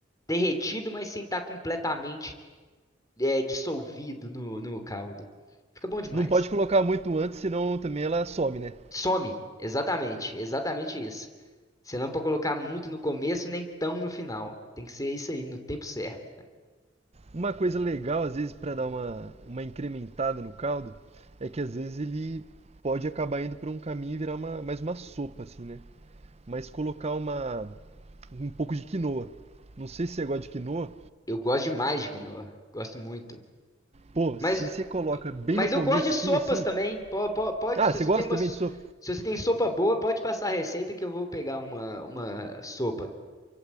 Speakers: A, on the left; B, on the right.
A: derretido, mas sem estar completamente é, dissolvido no, no caldo. Fica bom demais.
B: Não pode colocar muito antes, senão também ela some, né?
A: Some. Exatamente. Exatamente isso. Você não pode colocar muito no começo, nem tão no final. Tem que ser isso aí, no tempo certo.
B: Uma coisa legal às vezes para dar uma uma incrementada no caldo é que às vezes ele pode acabar indo pra um caminho e virar uma, mais uma sopa assim, né? mas colocar uma um pouco de quinoa. Não sei se você gosta de quinoa.
A: Eu gosto demais de quinoa. Gosto muito.
B: Pô,
A: Mas,
B: se você coloca bem
A: mas
B: no comecinho
A: eu gosto de sopas
B: assim.
A: também. Po- po- Pode,
B: Ah,
A: se
B: você
A: você
B: gosta
A: tem uma,
B: também
A: s-
B: disso,
A: se você tem sopa boa, pode passar a receita que eu vou pegar uma, uma sopa.